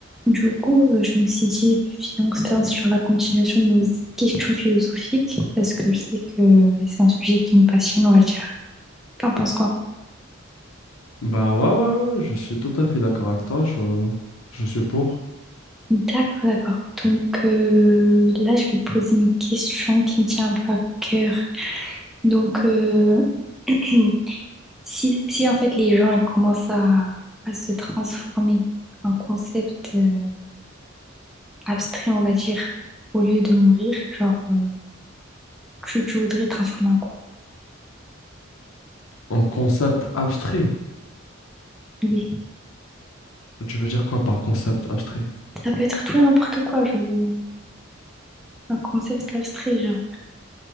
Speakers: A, in the centre; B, on the left.
A: Du coup, euh, je me suis dit, viens, on se lance sur la continuation de nos questions philosophiques, parce que je sais que c'est un sujet qui nous passionne, on va dire. T'en penses quoi?
B: Ben ouais, ouais, ouais, je suis tout à fait d'accord avec toi. Je, je suis pour
A: D'accord, d'accord. Donc euh, là, je vais te poser une question qui me tient un peu à cœur. Donc, euh, <clears throat> si, si en fait les gens ils commencent à, à se transformer en concept euh, abstrait, on va dire, au lieu de mourir, genre, euh, tu, tu voudrais transformer en quoi?
B: En concept abstrait.
A: Oui,
B: Tu veux dire quoi par concept abstrait?
A: ça peut être tout et n'importe quoi, je veux. Un concept abstrait, genre.